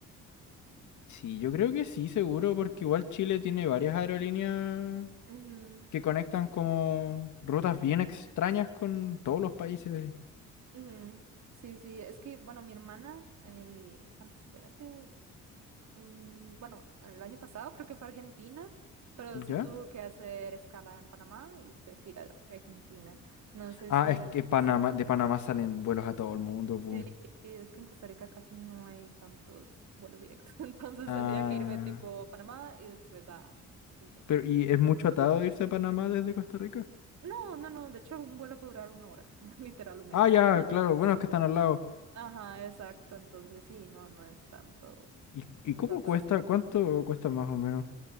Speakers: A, on the left; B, on the right.
A: Sí, yo creo que sí, seguro, porque igual Chile tiene varias aerolíneas
B: <laughs> Ujú,
A: que conectan como rutas bien extrañas con todos los países,
B: ujú. Sí, sí, es que, bueno, mi hermana, el, ¿cuándo se fue? Hace mm, bueno, el año pasado creo que fue a Argentina, pero
A: ¿ya?
B: sí tuvo que hacer escala en Panamá y después ir a Argentina. No sé
A: Ah,
B: si,
A: es que Panamá, de Panamá salen vuelos a todo el mundo,
B: sí,
A: pues.
B: es que en Costa Rica casi no hay tantos vuelos directos, <laughs> entonces
A: Ah,
B: tendría que irme tipo Panamá y después a Chile.
A: pero ¿y es mucho atado irse a Panamá desde Costa Rica?
B: No, no, no, de hecho un vuelo puede durar una hora, <laughs> literal o menos.
A: Ah, ya,
B: <laughs>
A: claro, bueno, es que están al lado.
B: Ajá, exacto, entonces sí, no, no es tanto,
A: ¿Y, y cómo
B: tanto
A: cuesta?
B: la espera.
A: ¿Cuánto cuesta más o menos?